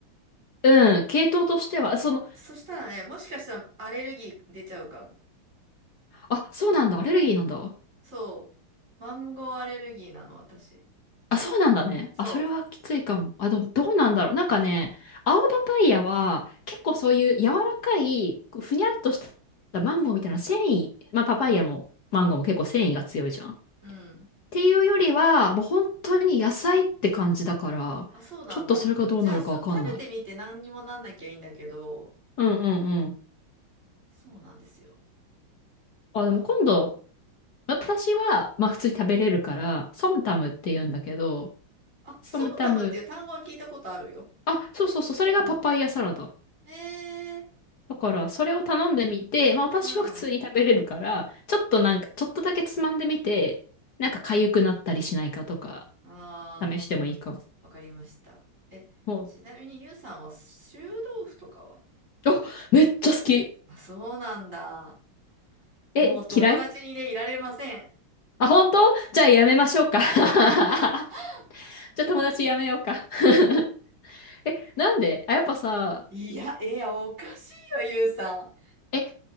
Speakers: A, on the left (about 55°); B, on the right (about 35°).
A: うん、系統としては、その、
B: ーそしたらね、もしかしたらアレルギー出ちゃうかも。
A: あ、そうなんだ、アレルギーなんだ。
B: そう。マンゴーアレルギーなの、私。
A: あ、そうなんだね。
B: そ
A: あ、それはきついかも。あ、ど、どうなんだろう。なんかね、青パパイヤは結構そういう柔らかい、ふにゃっとしたマンゴーみたいな繊維、まあパパイヤもマンゴーも結構繊維が強いじゃん。っ
B: う。うん。
A: ていうよりは、もう本当に野菜って感じだから、
B: あ、そうなんだ。
A: ちょっとそれがどうなるかわかんない。
B: じゃあ、ちょっと食べてみて何にもなんなきゃいいんだけど、
A: うんうんうん。
B: そうなんですよ。
A: あ、
B: マンゴ
A: でも今度、私は、まあ普通に食べれるから、ソムタムって言うんだけど、
B: ー。あ、
A: ソムタム、
B: ソムタムっていう単語は聞いたことあるよ。
A: あ、そうそうそう、それがパパイヤサラダ。
B: うん。えー、
A: だから、それを頼んでみて、まあ私は普通に食べれるから、
B: うん。
A: ちょっとなんか、ちょっとだけつまんでみて、なんか痒くなったりしないかとか、
B: ああ。
A: 試してもいいかも。
B: わかりました。え、
A: も
B: ちなみにゆうさんは臭豆腐とかは
A: う、お、めっちゃ好き。
B: あ、そうなんだ。
A: え、
B: もう友達にでいられません。
A: 嫌いあ、本当じゃあやめましょうか。
B: <laughs>
A: <laughs> じゃあ友達やめようか。<laughs> え、なんであ、やっぱさ、
B: いや、いや、おかしいよ、ゆうさん。
A: え、